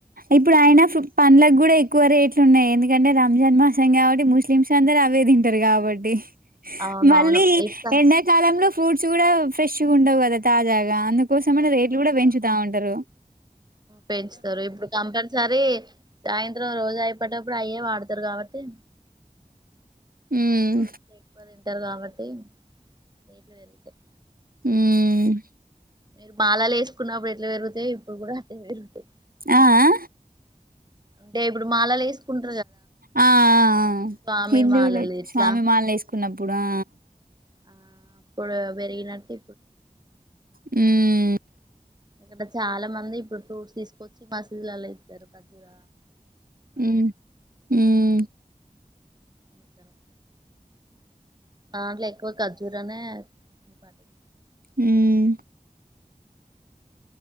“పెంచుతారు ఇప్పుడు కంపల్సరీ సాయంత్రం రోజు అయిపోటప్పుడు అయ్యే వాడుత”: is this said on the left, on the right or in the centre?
Right